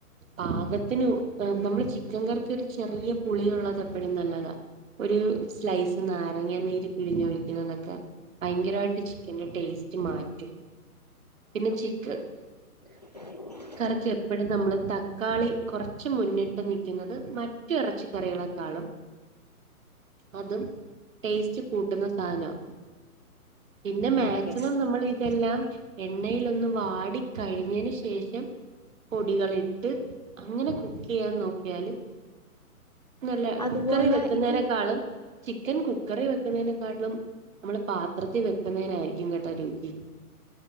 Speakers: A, on the right; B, on the left.
A: പാകത്തിന് ഉ നമ്മള് ചിക്കൻ കറിക്ക് ഒരു ചെറിയ പുളിയുള്ളത് എപ്പോഴും നല്ലതാ ഒരു സ്ലൈസ് നാരങ്ങ നീര് പിഴിഞ്ഞ് ഒഴിക്കുന്നതൊക്കെ ഭയങ്കരമായിട്ട് ചിക്കന്റെ ടേസ്റ്റ് മാറ്റും പിന്നെ ചിക്ക്
B: <inaudible>
A: കറിക്ക് എപ്പോഴും നമ്മൾ തക്കാളി കുറച്ച് മുന്നിട്ട് നിൽക്കുന്നത് മറ്റു ഇറച്ചിക്കറികളെക്കാളും അതും ടേസ്റ്റ് കൂട്ടുന്ന സാധനവാ പിന്നെ മാക്സിമം
B: ഓക്കെ
A: നമ്മള് ഇതെല്ലാം എണ്ണയിൽ ഒന്ന് വാടി കഴിഞ്ഞതിന് ശേഷം ശേഷം പൊടികളിട്ട് അങ്ങനെ കുക്ക് ചെയ്യാൻ നോക്കിയാല് നല്ല
B: അതുപോലെ
A: കുക്കറി വെക്കുന്നേക്കാളും
B: ഇത്
A: ചിക്കൻ കുക്കറിൽ വെക്കുന്നതിനെക്കാട്ടിലും നമ്മള് പാത്രത്തിൽ വെക്കുന്നതിനായിരിക്കും കേട്ട രുചി <inaudible>